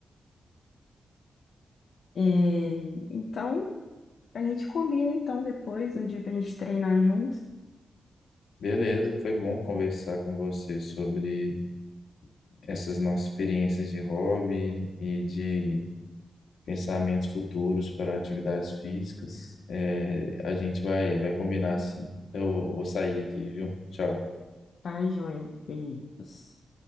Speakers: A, on the left; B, on the left.
A: É, então, a gente combina, então, depois, um dia pra gente treinar junto,
B: Beleza, foi bom conversar com você sobre essas nossas experiências de hobby e de pensamentos futuros para atividades físicas. É, a gente vai, vai combinar assim. Eu vou sair aqui, viu? Tchau.
A: tá, Joel? Beijos.